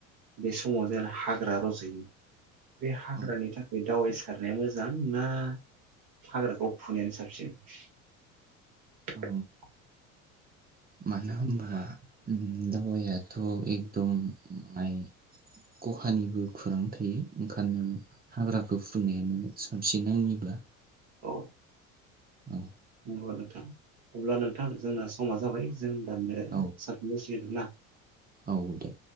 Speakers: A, on the right (about 55°); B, on the right (about 20°).
A: बे समाव जेन हाग्रा रजयो बे हाग्रानि
B: औ
A: थाखाय दावाइस खारनाया मोजां ना हाग्राखौ फुनायानो साफ <unintelligible>
B: औ मानो होमबा उम दावायाथ एकदम माय खहानिबो खुरां थायो ओंखानो हाग्राखौ फुनायानो साफफिन आंनिबा।
A: औ।
B: औ।
A: अ नोंथां अब्ला नोंथां जोंना समा जाबाय जों दाननो
B: औ
A: सातमुस गितब्ला।
B: औ दे